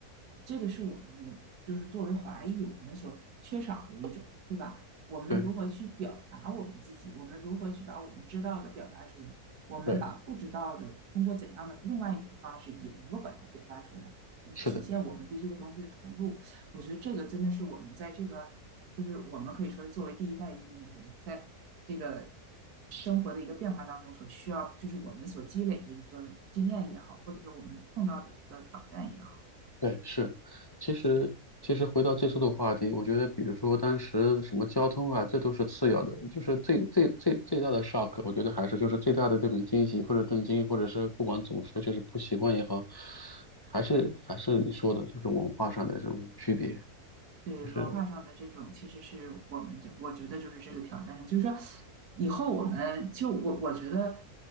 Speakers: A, on the right; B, on the left.
A: 这个是我们就是作为华裔我们所缺少的一种，对吧？我们如何去表达我们自己？
B: 对
A: 我们如何去把我们知道的表达出来？我们把不知道的通过怎样的另外一种方式也能够把它表达出来，
B: 对，
A: 以体现我们对这个东西的投入。
B: 是的。
A: 我觉得这个真的是我们在这个就是我们可以说是作为第一代移民，我们在这个生活的一个变化当中所需要，就是我们所积累的一个经验也好，或者说我们碰到的这个挑战也好，
B: 对，是，其实其实回到最初的话题，我觉得，比如说当时什么交通啊，这都是次要的，就是最最最最大的 shock，我觉得还是就是最大的这种惊喜或者震惊，或者是不管怎么说，就是不习惯也好，还是还是你说的，就是文化上的这种区别，
A: 对文化上的这种，
B: 就是
A: 其实是我们这我觉得就是这个挑战上，就是说以后我们就我我觉得，